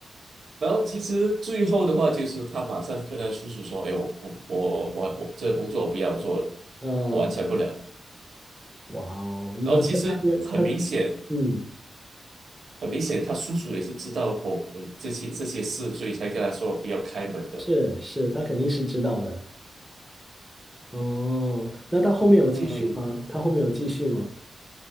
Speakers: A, on the right; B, in the centre.
A: 然后其实最后的话就是他马上跟他叔叔说，哎，我我我我我这个工作我不要做了，
B: 啊！
A: 我完成不了。
B: 哇哦，你说他是他，
A: 然后其实很明显，
B: 嗯，
A: 很明显他叔叔也是知道某嗯这些这些事，所以才跟他说不要开门的，
B: 是是，他肯定是知道的。哦，那他后面有继续吗？
A: 嗯，
B: 他后面有继续吗？